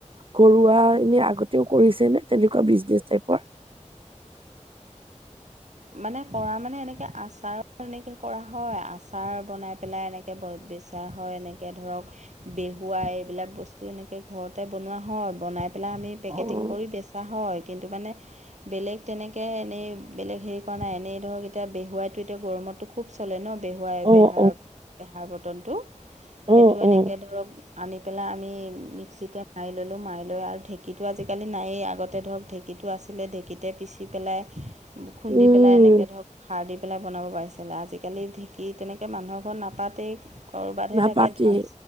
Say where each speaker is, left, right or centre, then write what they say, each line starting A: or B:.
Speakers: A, on the right; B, on the right.
A: ঘৰুৱা এনে আগতেও কৰিছে নে তেনেকুৱা বিজনেচ টাইপৰ?
B: মানে কৰা মানে এনেকে আচাৰ এনেকে কৰা হয়। আচাৰ বনাই পেলাই এনে কে <unintelligible> বেচা হয় এনেকে ধৰক বে বোৱাই এইবিলাক বস্তু এনেকে ঘৰতে বনোৱা হয়। বনাই পেলাই আমি পেকেটিং
A: অ',
B: কৰি বে হয় কিন্তু মানে বেলেগ তেনেকে এনেই বেলেগ হেৰি কৰা নাই। এনেই ধৰক এতিয়া বেহুৱাইতো এতিয়া গৰমতটো খুব চলে ন'। বেহুৱাই
A: অ',
B: বেহাৰ বেহাৰ বটলটো
A: অ',
B: সেইটো এনেকে
A: অ'।
B: ধৰক আনি পেলাই আমি মিক্সিতে মাৰি ল'লোঁ। মাৰি লৈ আৰু ঢেঁকীটো আজি-কালি নাইয়েই আগতে ধৰক ঢেঁকীটো আছ ছিলে ঢেঁকীতে পিচি পেলাই, খুন্দি
A: উম,
B: পেলাই এনেকৈ ধৰক খাৰ দি পেলাই বনাব পাৰিছিলে। আজি-কালি ঢেঁকী তেনেকে মানুহৰ ঘৰত নাপাতেই। ক'ৰবাতহে
A: নাপাতে
B: থাকে ধান,